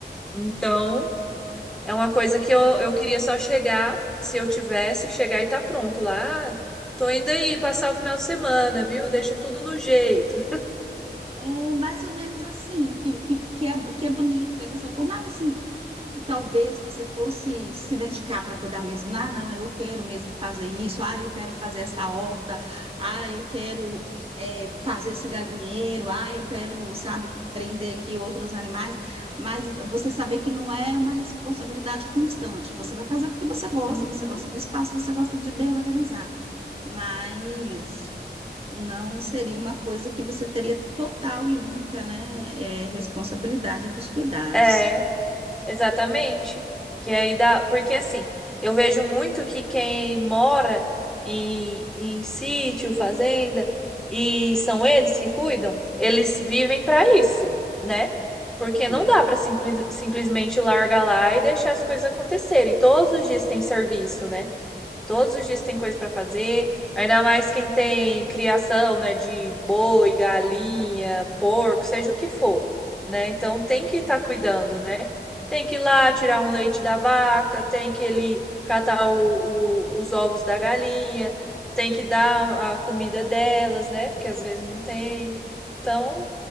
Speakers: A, in the centre; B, on the right (about 30°).
A: Então, é uma coisa que eu, eu queria só chegar, se eu tivesse, chegar e tá pronto lá. Ah, tô indo aí passar o final de semana, viu? Deixa tudo no jeito.
B: É mais ou menos assim, que, que, que, é, que é bonito, que é gostoso. Por mais assim, que talvez você fosse se dedicar para cuidar mesmo. Ah, não, eu quero mesmo fazer isso. Ah, eu quero fazer essa horta. Ah, eu quero é, fazer esse galinheiro. Ah, eu quero, sabe, prender aqui outros animais. Mas você saber que não é uma responsabilidade constante. Você vai fazer porque você gosta,
A: Uhum.
B: você gosta do espaço, você gosta de bem organizar. Mas não seria uma coisa que você teria total e única, né, é, responsabilidade dos cuidados.
A: É. Exatamente. Que aí dá. Porque assim, eu vejo muito que quem mora em, em sítio, fazenda, e são eles que cuidam, eles vivem para isso, né? Porque
B: Hum,
A: não dá para simplesmente largar lá e deixar as coisas acontecerem. Todos os dias tem serviço, né? Todos os dias tem coisa para fazer, ainda mais quem tem criação, né, de boi, galinha, porco, seja o que for, né? Então tem que estar cuidando, né? Tem que ir lá tirar um leite da vaca, tem que ele catar o- o- os ovos da galinha, tem que dar a comida delas, né? Porque às vezes não tem. Então,